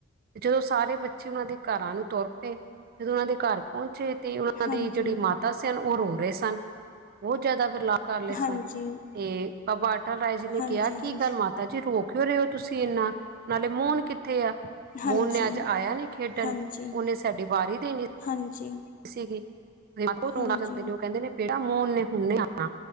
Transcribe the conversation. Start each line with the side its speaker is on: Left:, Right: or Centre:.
Right: ਜਦੋਂ ਸਾਰੇ ਬੱਚੇ ਉਹਨਾਂ ਦੇ ਘਰਾਂ ਨੂੰ ਤੁਰ ਪਏ ਜਦੋਂ ਉਹਨਾਂ ਦੇ ਘਰ ਪਹੁੰਚੇ। ਤੇ ਉਹਨਾਂ
Left: ਹਾਂਜੀ
Right: ਦੀ ਜਿਹੜੀ ਮਾਤਾ ਸਨ ਉਹ ਰੋ ਰਹੇ ਸਨ? ਬਹੁਤ ਜ਼ਿਆਦਾ ਫਿਰ। ਲਾ ਕਰ ਲਏ ਸਨ
Left: ਹਾਂਜੀ
Right: ਤੇ। ਆਹ ਵਾਟਾਂ ਲਾਏ।
Left: ਹਾਂਜੀ
Right: ਕਿਹਾ ਕੀ
Left: ਹਾਂਜੀ
Right: ਗੱਲ ਮਾਤਾ ਜੀ ਰੋ। ਭੁੱਖੇ ਰਹੇ ਹੋ ਤੁਸੀਂ ਨਾ ਨਾਲੇ ਮੋਹਨ? ਕਿੱਥੇ ਆ
Left: ਹਾਂਜੀ
Right: ਮੋਹਨ ਨੇ ਅੱਜ ਆਇਆ ਨੀ ਖੇਡਣ
Left: ਹਾਂਜੀ
Right: ਉਹਨੇ ਸਾਡੀ ਵਾਰੀ ਦੇਣੀ।
Left: ਹਾਂਜੀ
Right: ਸੀਗੀ। ਮੈਂ ਕਿਹਾ
Left: ਹਾਂਜੀ
Right: ਧੋਣੇ ਪੈਂਦੇ ਨੇ ਉਹ ਕਹਿੰਦੇ ਨੇ ਪੇਟ। ਮੂੰਹ ਨੇ ਹੁਨੇ ਆਉਣਾ